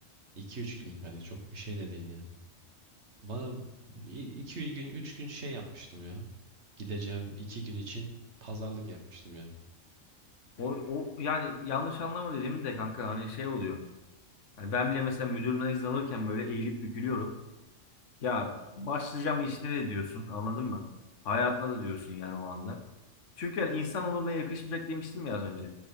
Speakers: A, on the right; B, on the left.
A: iki üç günlük hani çok bir şey de değil yani. Bana 2 gün 3 gün şey yapmıştım ya. Gideceğim 2 gün için pazarlık yapmıştım ya.
B: O, o yani yanlış anlama dedim de kanka hani şey oluyor. Hani ben bile mesela müdürümden izin alırken böyle eğilip bükülüyorum. Ya başlayacağım işine de diyorsun anladın mı? Hayatına da diyorsun yani o anda. Çünkü hani insan onuruna yakışmayacak demiştim ya az önce.